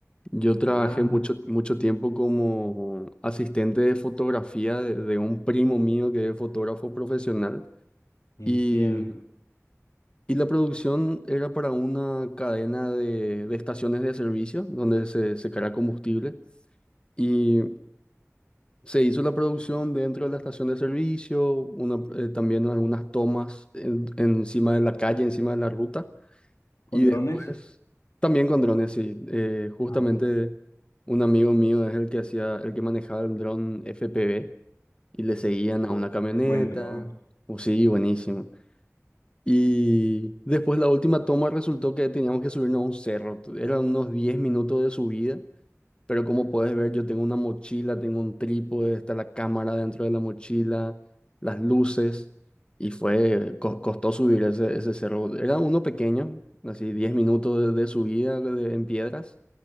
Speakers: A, on the left; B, on the left.
A: Yo trabajé
B: Ah,
A: mucho, mucho tiempo como asistente de fotografía de, de un primo mío que es fotógrafo profesional
B: entiendo.
A: y, y la producción era para una cadena de, de estaciones de servicio donde se, se carga combustible y se hizo la producción dentro de la estación de servicio, una, eh, también algunas tomas en- encima de la calle, encima de la ruta.
B: ¿Con
A: Y
B: drones?
A: después, también con drones, sí. Eh, justamente
B: Ah, sí.
A: un amigo mío es el que hacía, el que manejaba el dron FPV y le seguían
B: Uf,
A: a una camioneta.
B: es buen dron.
A: o sí, buenísimo. Y después la última toma resultó que teníamos que subirnos a un cerro. Eran unos 10 minutos de subida pero como puedes ver, yo tengo una mochila, tengo un trípode, está la cámara dentro de la mochila, las luces, y fue, co- costó subir ese, ese cerro. Era uno pequeño, así 10 minutos de, de subida de- en piedras,